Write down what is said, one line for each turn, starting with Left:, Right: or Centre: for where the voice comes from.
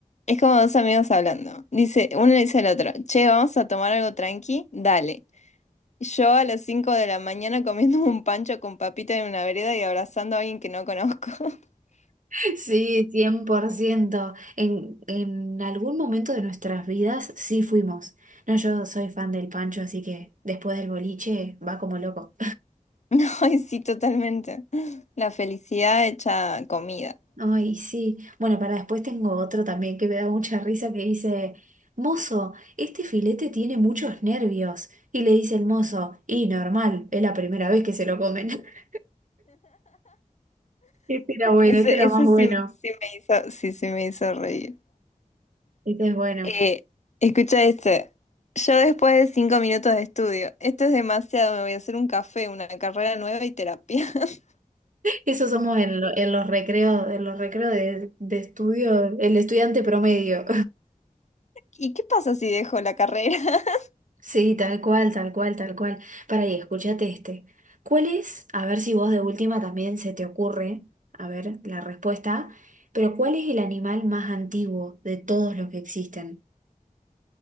Left: Es como dos amigos hablando. Dice, uno le dice al otro, che, vamos a tomar algo tranqui, dale. Yo a las 5 de la mañana comiendo un pancho con papita en una vereda y abrazando a alguien que no conozco. <laughs>
Right: <laughs> sí, cien por ciento En, en algún momento de nuestras vidas sí fuimos. No, yo soy fan del Pancho, así que después del boliche va como loco.
Left: No, ay, sí, totalmente. La felicidad hecha comida.
Right: Ay, sí. Bueno, para después tengo otro también que me da mucha risa que dice, Mozo, este filete tiene muchos nervios. Y le dice el mozo, y normal, es la primera vez que se lo comen. <laughs> Este era bueno,
Left: Eso,
Right: este
Left: eso
Right: era más bueno.
Left: sí, sí me hizo, sí, sí me hizo reír.
Right: Este es bueno.
Left: Eh, escucha este. Yo después de 5 minutos de estudio, esto es demasiado, me voy a hacer un café, una carrera nueva y terapia. <laughs>
Right: Eso somos en, lo- en los recreos, en los recreos de, de estudio, el estudiante promedio.
Left: ¿Y qué pasa si dejo la carrera? <laughs>
Right: Sí, tal cual, tal cual, tal cual. Para ahí, escúchate este. ¿Cuál es? A ver si vos de última también se te ocurre, a ver la respuesta, pero ¿cuál es el animal más antiguo de todos los que existen?